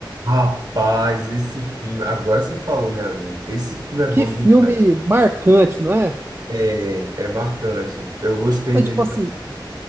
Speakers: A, on the right; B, on the right.
A: rapaz, esse filme. Agora você falou minha língua. Esse filme é bom
B: Que filme
A: demais.
B: marcante, não é?
A: É, é marcante. Eu gostei
B: É,
A: dele.
B: tipo assim,
A: tam-